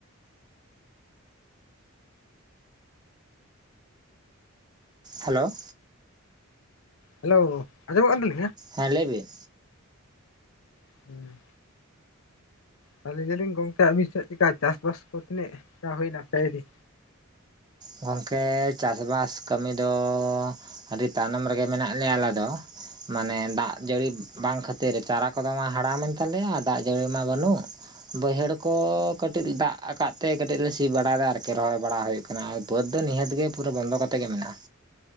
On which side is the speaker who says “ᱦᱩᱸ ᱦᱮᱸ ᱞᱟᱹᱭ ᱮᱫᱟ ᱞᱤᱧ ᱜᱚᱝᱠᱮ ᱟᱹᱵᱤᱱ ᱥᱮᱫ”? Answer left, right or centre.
Left